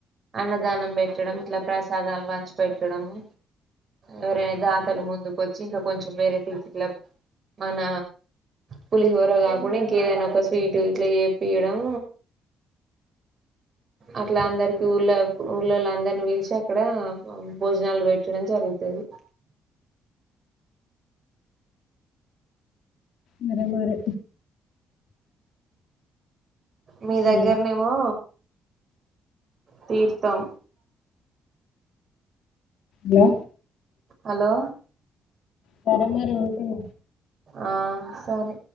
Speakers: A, on the right; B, on the left.
A: అన్నదానం పెట్టడం ఇట్లా ప్రసాదాలు వంచి పెట్టడము ఎవరైనా దాతలు ముందుకు వచ్చి ఇంకా కొంచెం వెరైటీస్ ఇట్లా మన పులిహోర కాకుండా ఇంకేదైనా ఒక స్వీటు ఇట్లా ఏ పీయడం అట్లా అందరికి ఊళ్ళ ఊళ్ళలో అందరినీ పీలిచి అక్కడ భోజనాలు పెట్టడం జరుగ్ తది
B: సరే మరి
A: మీ దగ్గరనేమో
B: హలో
A: తీర్థం
B: హలో
A: హలో
B: సరే మరి పోతున్న
A: ఆ సరే